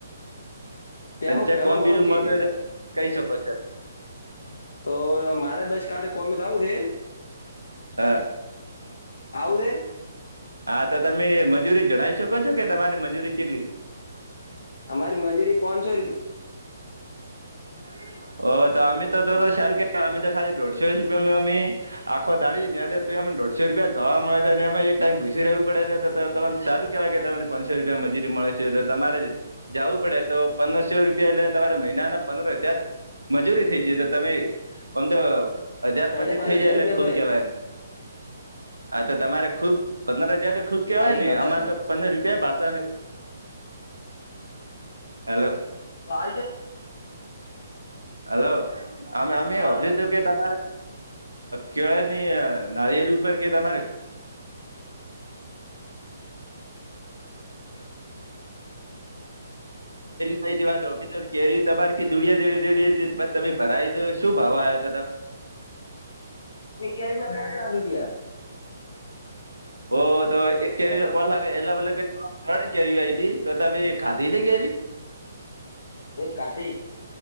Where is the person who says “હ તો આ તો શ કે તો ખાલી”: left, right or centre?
Right